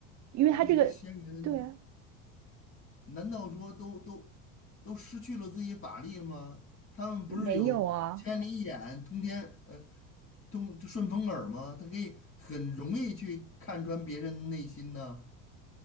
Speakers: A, on the right; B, on the left.
A: 因为他这个，
B: 那这些仙人。
A: 对啊，
B: 难道说都都都失去了自己法力了吗？他们不是有千里眼、
A: 没有啊，
B: 通天呃通顺风耳吗？他可以很容易去看穿别人内心呢。